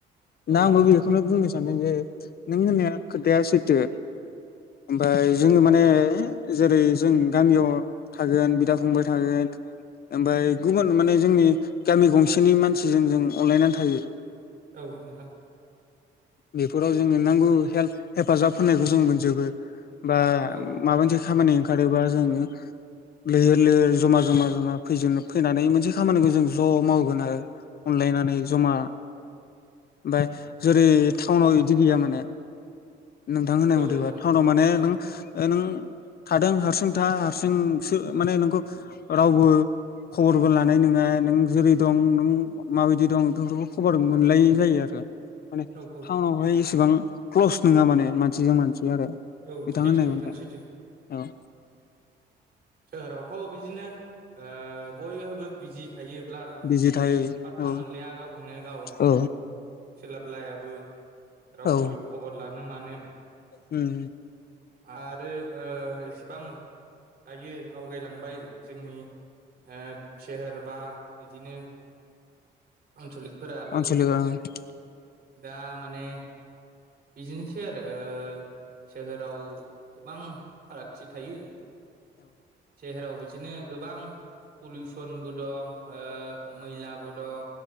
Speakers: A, on the right; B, on the left.
A: औ
B: दा आंबो
A: नोंथां
B: बेखौनो बुंनो सानदों जे नों होननाय खोथाया सैथो ओमफाय जोङो माने जेरै जों गामियाव थागोन बिदा फंबाय थगोन ओमफाय गुबुन माने जोंनि गामि गंसेनि मानसिजों जों अनलायनानै थायो
A: औ नोंथां
B: बेफोराव जोङो नांगौ हेल्प हेफाजाब होनायखौ जों मोनजोबो बा
A: औ
B: माबा मोनसे खामानि ओंखारोबा जोङो लैहोर लैहोर जमा जमा जमा फै फैनानै मोनसे खामानिखौ जों ज' मावगोन आरो अनलायनानै जमा आमफाय जेरै टाउनाव बिदि गैया माने नोंथां होननाय
A: औ
B: मथैबा
A: नोंथां
B: टाउनाव माने
A: औ
B: नों नों थादों हारसिं था हारसिंसो माने नोंखौ रावबो खबरबो लानाय नङा नों जेरै दं नों माबायदि दं बेफोरखौ खबर मोनलाय जायो आरो माने
A: औ औ
B: टाउनवहाय एसेबां क्लस नङा माने मानसिजों मानसि आरो
A: औ
B: बिथां
A: सैथो
B: होननाय
A: नोंथां
B: मोनथाय
A: सैथो
B: औ
A: सोहोरावथ' बिदिनो ओ बयहाबो बिजि थायोब्ला
B: बिजि थायो
A: पातथा
B: औ
A: मोनलाया गावखौनो गाव
B: औ
A: सोलाब लायाबो रावबो
B: औ
A: खबर लानो मानो
B: उम
A: आरो ओ इसेबां दायो आवगायलांबाय जोंनि ओ सोहेर बा बिदिनो आनसलिक फोराबो
B: आनसलिक औ
A: दा माने बिदिनोसै आरो ओ सोहोराव गोबां फारागथि थायो सोहेराव बिदिनो गोबां पलिउसनबो दं ओ मैलाबो दं